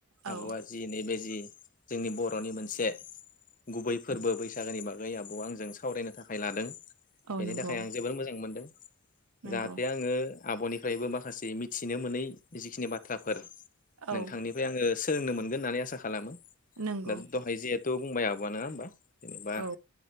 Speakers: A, on the right; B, on the left.
A: औ
B: आब'आ जि नैबे जि जोंनि बर'नि मोनसे गुबै फोरबो बैसागोनि बाग <unintelligible> आंजों सावरायनो थाखाय लादों
A: औ
B: बेनि
A: नंगौ
B: थाखाय आं जोबोर मोजां मोनदों।
A: नंगौ
B: जाहाथे आङो आब'नि फ्रायबो माखासे मिथिनो मोनै जिखिनि बाथ्राफोर नोंथांनिफ्राय
A: औ
B: आङो सोलोंनो मोनगोन होननानै आसा खालामो।
A: नंगौ
B: दा दहाय जेहुतु बुंबाय आब' नङा होमबा। जेनेबा
A: औ